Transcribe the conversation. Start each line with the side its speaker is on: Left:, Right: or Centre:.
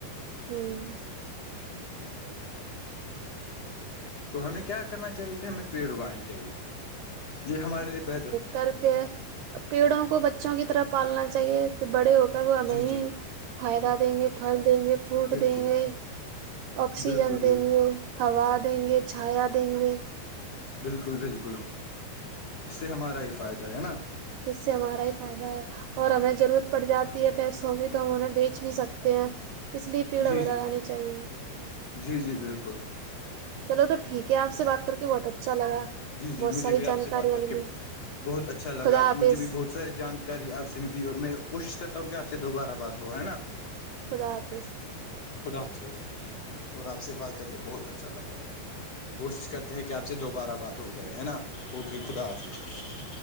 Right: ہوں
Left: تو ہمیں کیا کرنا چاہیے کہ ہمیں پیڑ اگانی چاہیے جی ہمارے لیے بہتر
Right: تر پیڑوں کو بچوں کی طرف پالنا چاہیے بڑے ہو کر وہ نہیں
Left: جی جی
Right: فائدہ دیں گے پھل دیں گے فروٹ
Left: بالکل
Right: دیں گے آکسیجن
Left: بالکل
Right: دیں گے ہوا دیں گے چھایا دیں گے
Left: بالکل بالکل اس سے ہمارا ہی فائدہ ہے نا
Right: جس سے ہمارا ہی فائدہ ہے اور ہمیں ضرورت پڑ جاتی ہے پیسوں کی تو ہم انہیں بیچ بھی سکتے ہیں اس لیے پیڑا
Left: جی
Right: میں
Left: جی
Right: لگانے چاہیے
Left: جی جی بالکل
Right: چلو تو ٹھیک ہے آپ سے بات کر کے بہت اچھا لگا
Left: جی جی
Right: بہت ساری
Left: مجھے بھی
Right: جانکاریاں
Left: آپ سے بات کر
Right: ملی
Left: کے بہت اچھا لگا
Right: خدا حافظ
Left: مجھے بھی بہت ساری جانکاری آپ سے ملی اور میں کوشش کرتا ہوں کہ آپ سے دوبارہ بات ہو ہے نا
Right: خدا حافظ
Left: خدا حافظ اور آپ سے بات کر کے بہت اچھا لگا کوشش کرتے ہیں کہ آپ سے دوبارہ بات ہو جائے ہے نا اوکے خدا حافظ